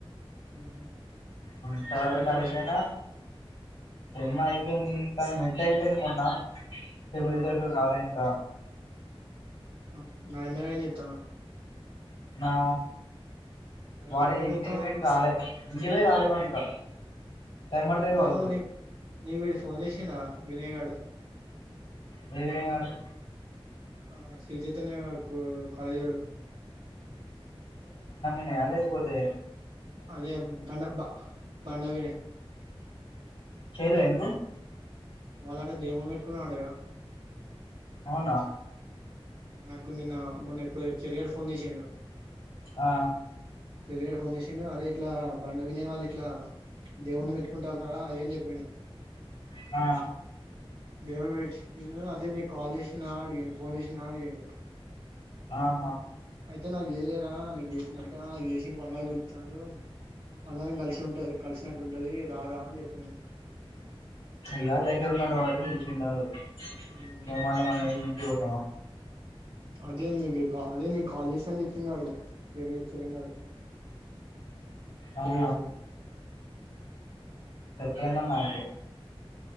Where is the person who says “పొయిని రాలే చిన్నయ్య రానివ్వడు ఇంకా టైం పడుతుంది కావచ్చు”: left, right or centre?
Left